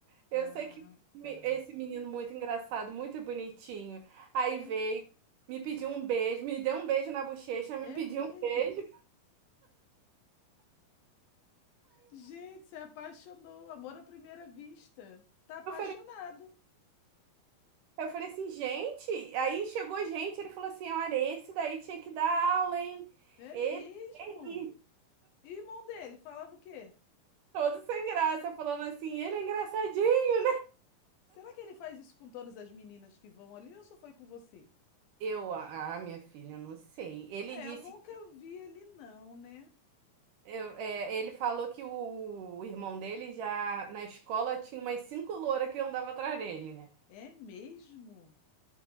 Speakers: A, on the right; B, on the left.
A: Eu
B: Ah,
A: sei que me-
B: tá.
A: esse menino muito engraçado, muito bonitinho. Aí
B: É,
A: veio, me pediu um beijo, me deu um beijo na bochecha,
B: é
A: me pediu
B: mesmo.
A: um beijo.
B: Gente, se apaixonou, amor à primeira vista. Tá apaixonado.
A: Eu falei, eu falei assim, gente. Aí chegou gente, ele falou assim: olha, esse daí tinha que dar aula, hein?
B: É mesmo.
A: Ele,
B: E o irmão dele falava o quê?
A: todo sem graça, falando assim, ele é engraçadinho.
B: Será que ele faz isso com todas as meninas que vão ali ou só foi com você?
A: Eu, ah, minha filha, eu não sei. Ele
B: É,
A: disse
B: eu nunca vi ele não, né?
A: Eu- é, ele falou que o, o irmão dele já na escola tinha umas cinco louras que andava atrás dele, né?
B: É mesmo.